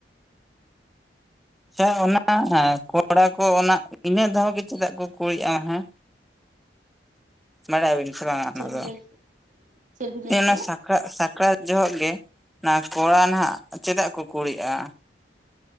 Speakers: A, in the centre; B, on the right.
A: ᱦᱮ ᱚᱱᱟ ᱮᱸ ᱠᱚᱲᱟ ᱠᱚ ᱚᱱᱟ ᱤᱱᱟᱹ ᱫᱷᱟᱣ ᱜᱮ ᱪᱮᱫᱟᱜ ᱠᱚ ᱠᱩᱲᱤᱜ-ᱟ ᱦᱮᱸ?
B: <unintelligible>
A: ᱵᱟᱰᱟᱭ ᱟᱵᱤᱱ ᱥᱮ ᱵᱟᱝᱟ
B: ᱪᱮᱫ
A: ᱚᱱᱟ
B: ᱵᱤᱱ
A: ᱫᱚ
B: ᱞᱟᱹᱭ ᱪᱮᱫ ᱵᱤᱱ ᱞᱟᱹᱭ
A: ᱤᱱᱟ
B: ᱠᱮᱜᱼᱟ
A: ᱥᱟ ᱥᱟᱠᱨᱟᱛ ᱡᱚᱦᱚᱜ ᱜᱮ ᱚᱱᱟ ᱠᱚᱲᱟ ᱱᱟᱦᱟᱜ ᱪᱮᱫᱟᱜ ᱠᱚ ᱠᱩᱲᱤᱜ-ᱟ?